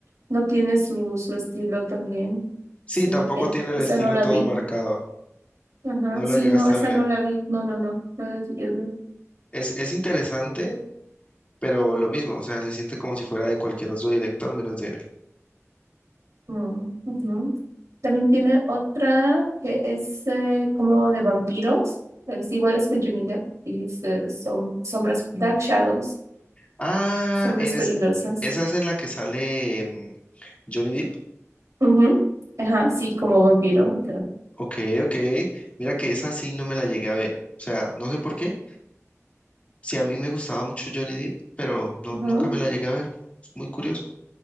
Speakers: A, on the right; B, on the left.
A: no tiene su, su estilo también,
B: Sí,
A: sí,
B: tampoco
A: eh,
B: tiene el
A: esa
B: estilo
A: no la
B: todo
A: vi,
B: marcado.
A: ajá,
B: No la
A: sí,
B: llegaste
A: no, esa
B: a ver.
A: no la vi, no, no, no, no la llegué a ver,
B: Es, es interesante, pero lo mismo, o sea, se siente como si fuera de cualquier otro director menos de él.
A: no, ujú. También tiene otra que es eh, como de vampiros, es igual es con Johnny Depp, y es, eh, son sombras, Dark Shadows,
B: Ah,
A: sombras
B: en
A: peligrosas,
B: es, esa es en la que sale mm, Johnny Depp.
A: ujú, Ajá, sí, como vampiro,
B: Ok, ok. Mira que esa sí no me la llegué a ver. O sea, no sé por qué. Sí, a mí me gustaba mucho Johnny Depp, pero no,
A: ajá,
B: nunca me la llegué a ver. Es muy curioso.